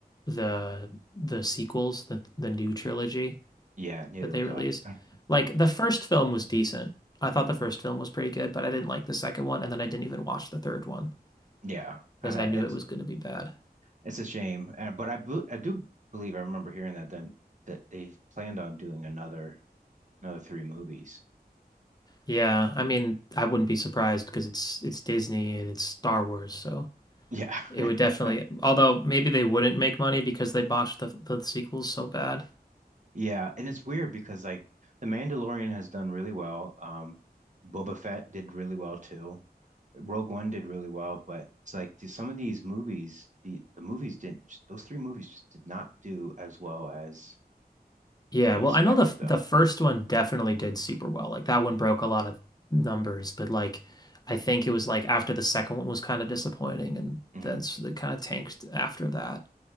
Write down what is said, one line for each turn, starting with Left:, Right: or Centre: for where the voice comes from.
Left: the the sequels, the the new trilogy.
Right: Yeah, neither
Left: that they
Right: was
Left: released.
Right: I. <laughs>
Left: Like the first film was decent. I thought
Right: Mhm.
Left: the first film was pretty good, but I didn't like the second one, and then I didn't even watch the third one
Right: Yeah,
Left: because
Right: uh,
Left: I knew
Right: it's
Left: it was going to be bad.
Right: it's a shame, uh, but I bel- I do believe I remember hearing that then that they planned on doing another another three movies.
Left: Yeah, I mean, I wouldn't be surprised because it's it's Disney and it's Star Wars, so
Right: Yeah,
Left: it
Right: <laughs>
Left: would definitely. Although maybe they wouldn't make money because they botched the the sequels so bad.
Right: yeah, and it's weird because like The Mandalorian has done really well. Um, Boba Fett did really well too. Rogue One did really well, but it's like the- some of these movies, the the movies didn't. Those three movies just did not do as well as
Left: Yeah,
Right: I
Left: well,
Right: expected
Left: I know the
Right: them.
Left: the first one definitely did super well. Like that one broke a lot of numbers, but like I think it was like after the second one was kind of disappointing, and
Right: hmm
Left: that's the kind of tanked after that.